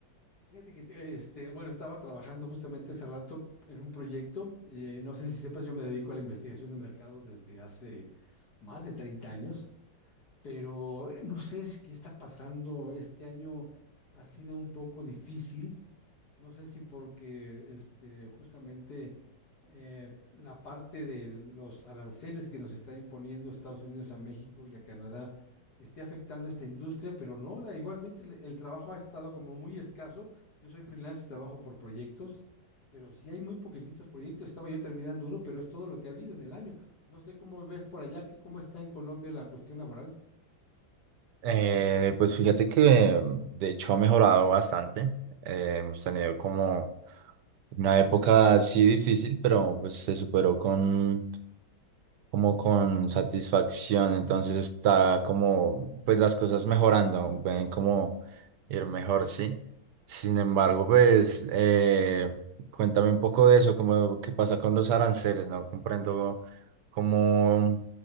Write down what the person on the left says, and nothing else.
Fíjate que, te- este, bueno, estaba trabajando justamente hace rato en un proyecto. eh, no sé si sepas, yo me dedico a la investigación de mercados desde hace más de 30 años, pero eh, no sé si- qué está pasando. Este año ha sido un poco difícil No sé si porque este, justamente eh, la parte de los aranceles que nos está imponiendo Estados Unidos a México y a Canadá esté afectando esta industria, pero no, o sea, igualmente el, el trabajo ha estado como muy escaso. Yo soy freelance y trabajo por proyectos, pero sí hay muy poquititos proyectos. Estaba yo terminando uno, pero es todo lo que ha habido en el año. No sé cómo ves por allá, que cómo está en Colombia la cuestión laboral.